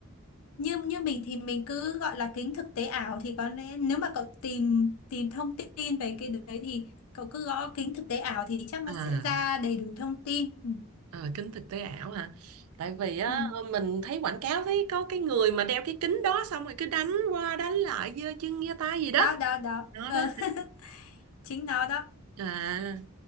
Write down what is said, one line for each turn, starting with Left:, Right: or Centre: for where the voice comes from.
Left: như như mình thì mình cứ gọi là kính thực tế ảo thì có lẽ nếu mà cậu tìm tìm thông tin về cái đấy thì cậu cứ gõ kính thực tế ảo thì chắc nó
Right: À,
Left: sẽ ra đầy đủ thông tin ừ.
Right: ờ, kính thực tế ảo hả? Tại vì á
Left: Ừ.
Right: ờ, mình thấy quảng cáo thấy có cái người mà đeo cái kính đó xong rồi cứ đánh qua đánh lại giơ chân giơ tay gì đó.
Left: đó đó đó
Right: Đó
Left: Ờ,
Right: đó.
Left: <laughs> chính nó đó
Right: À,